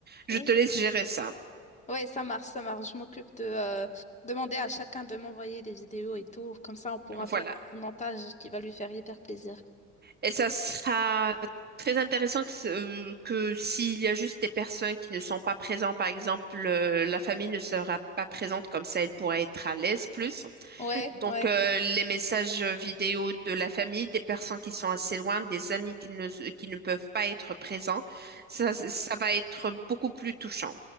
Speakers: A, on the right; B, on the left.
A: Je
B: Ouais,
A: te laisse gérer ça.
B: Ouais, Ouais, ça marche, ça marche. Je m'occupe de euh, demander à chacun de m'envoyer des vidéos et tout. Comme ça, on pourra
A: Voilà.
B: faire un petit montage qui va lui faire hyper plaisir.
A: Et ça sera très intéressant que, ce- que s'il y a juste des personnes qui ne sont pas présentes, par exemple, euh, la famille ne sera pas présente, comme ça elle pourra être à l'aise plus.
B: Ouais,
A: Donc,
B: ouais.
A: euh, les messages vidéo de la famille, des personnes qui sont assez loin, des amis qui ne, qui ne peuvent pas être présents, ça, ça va être beaucoup plus touchant,